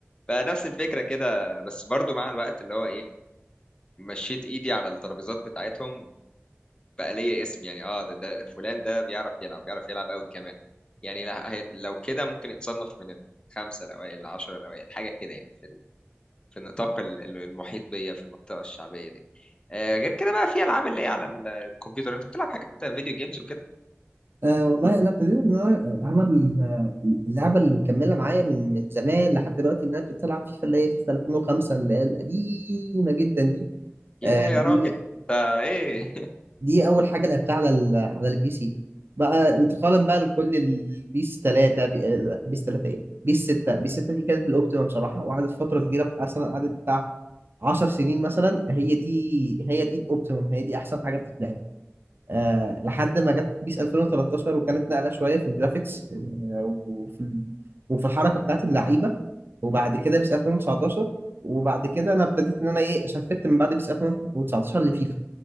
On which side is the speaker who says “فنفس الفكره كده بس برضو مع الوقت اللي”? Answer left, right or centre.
Left